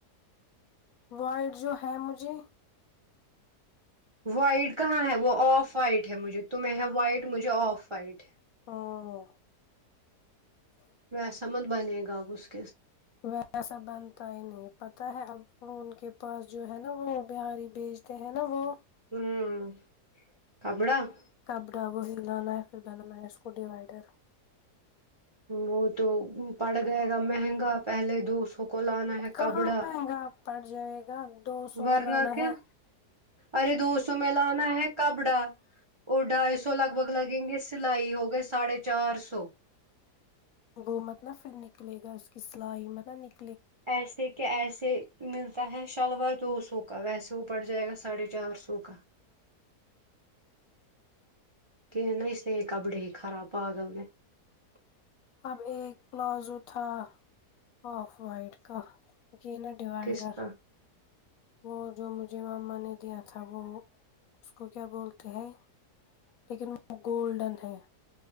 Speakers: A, on the left; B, on the right.
A: وائٹ جو ہے مجھے
B: وائٹ کہاں ہے وہ آف وائٹ ہے مجھے تم ہے وائٹ مجھے آف وائٹ ہے
A: ہاں <unintelligible>
B: ویسا مت بنے گا اس کا <unintelligible>
A: ویسا بنتا ہی نہیں پتا ہے اب ان کے <unintelligible> پاس جو ہے نا وہ بہاری بیچتے ہے نا وہ <unintelligible>
B: ہوں کبڑا <unintelligible>
A: کپ ڈا وہ ہلانا یا پھر بنانا ہے اس کو ڈیوائیڈر <unintelligible>
B: وہ تو پڑ گئے گا مہنگا پہلے دو سو <unintelligible> ہے
A: کہاں
B: کپڑا
A: مہنگا پڑ جائے گا <unintelligible>
B: ورنہ
A: لانا
B: کیا
A: ہے
B: ارے دو سو میں لانا ہے کپڑا اور ڈھائی سو لگ بھگ لگیں گے سلائی ہو گئے <unintelligible> ساڑھے چار سو <unintelligible>
A: وہ مت ن پھر نکلے گا اس کی سلائی متب ن <unintelligible>
B: ایسے کہ ایسے <unintelligible> سے ملتا ہے شلوار دو سو کا ویسے وہ پڑ جائے گا ساڑھے چار سو کا کہ نہ اس نے کپڑے ہی خراب پاگل میں <unintelligible>
A: اب ایک پلازو تھا آف وائڈ کا یہ نا ڈیوائڈر
B: کس کا
A: وہ جو مجھ مج مما نے دیا تھا وہ اس کو کیا بولتے ہیں لیکن وہ گولڈن ہے